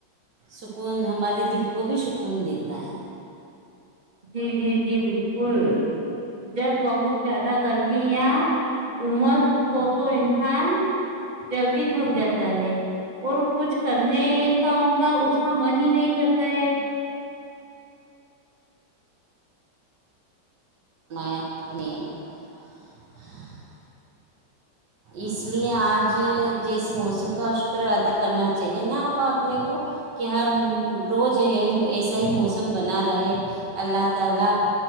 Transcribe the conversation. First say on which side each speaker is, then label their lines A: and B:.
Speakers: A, on the right; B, on the right.
A: سکون ہمارے دل کو بھی سکون دیتا ہے
B: جی جی جی بالکل جب بہت زیادہ گرمی یا عما سوکھ ہو تو انسان جلدی تھک جاتا ہے اور کچھ کرنے کا ان کا اس کا من ہی نہیں کرتا ہے
A: منا اپ اپنیل <unintelligible> اس لیے آج اج جس موسم کا شکر ادا کرنا چاہیے نہ اپ اپنے کو کہ ہر روز ایسا ہی موسم بنا رہا ہے اللہ تعالی